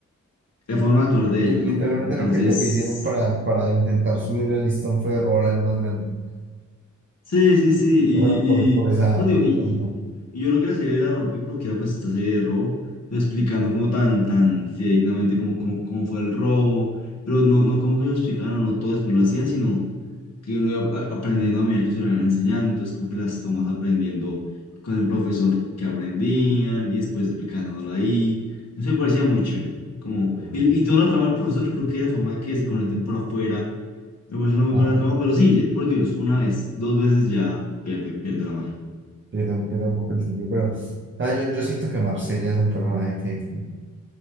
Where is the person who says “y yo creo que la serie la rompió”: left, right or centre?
Left